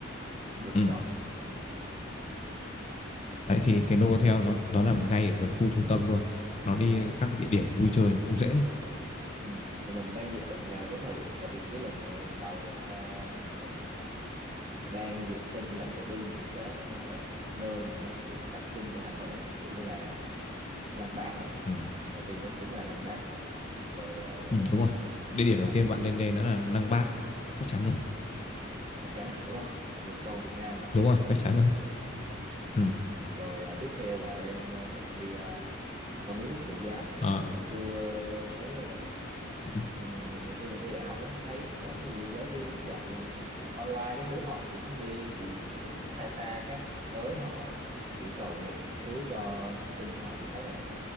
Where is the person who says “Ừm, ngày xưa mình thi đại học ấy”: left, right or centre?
Right